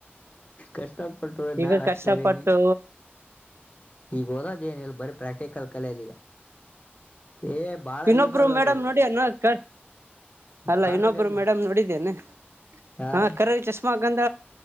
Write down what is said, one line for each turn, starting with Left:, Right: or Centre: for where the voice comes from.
Left: ಕಷ್ಟಪಟ್ಟು ನಾ
Right: ಈಗ
Left: ಅಷ್ಟು
Right: ಕಷ್ಟಪಟ್ಟು
Left: ಓದಿನಿ ಈಗ ಓದೋದ ಏನಿಲ್ಲ ಬರೀ ಪ್ರಾಕ್ಟಿಕಲ್ ಕಲದೀ ಈಗ ಏ ಬಾಳ
Right: ಇನ್ನೊಬ್ರು
Left: ಯೂಸ್ ಆಗೋದು
Right: ಮೇಡಮ್ ನೋಡಾನಕ್ಕ ಅಲ್ಲ
Left: ಕಾರ್ಗದ್ಲ
Right: ಇನ್ನೊಬ್ರು ಮೇಡಮ್ ನೋಡಿದೇನೆ
Left: ಯಾರ
Right: ಹಾ ಕರರಿ ಚಷ್ಮಾ ಗಂಧ